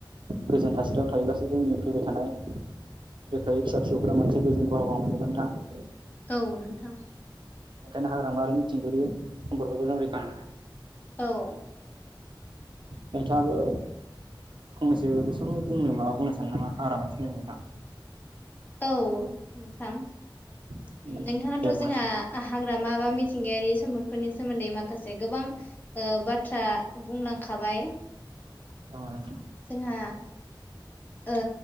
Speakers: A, on the right; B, on the left.
A: गोजोन थासारियाव थायोब्लासो जोंनि फैबाय थानाय। रोखायै फिसा फिसौफोरा मोनसे गोजोन बारहावा मोनगोन नोंथां।
B: औ नोंथां।
A: बेनिखायनो हाग्रामा आरो मिथिंगायारि सम्फदफोरखौबो जों रैखा होनांगोन ।
B: औ।
A: नोंथांआबो। फंनैसो गुसुंङै बुंनो माबा बुंनो सानो नामा हाग्रामानि सोमोन्दै नोंथां।
B: औ नोंथां
A: दे
B: नोंथाङाथ'
A: बुंनायसाय
B: जोंहा। हाग्रामा बा मिथिंगायारि सम्पदफोरनि सोमोन्दै माखासे गोबां- ओ बाथ्रा बुंलांखाबाय।
A: अ नोंथां।
B: जोंहा ओ